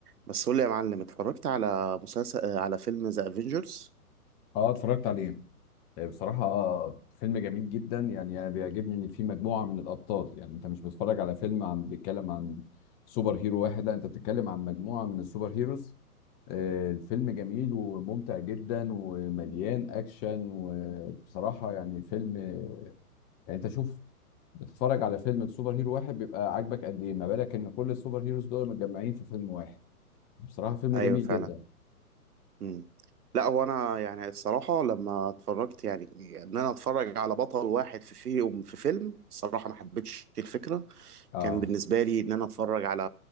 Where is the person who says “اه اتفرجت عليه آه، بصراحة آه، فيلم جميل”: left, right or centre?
Left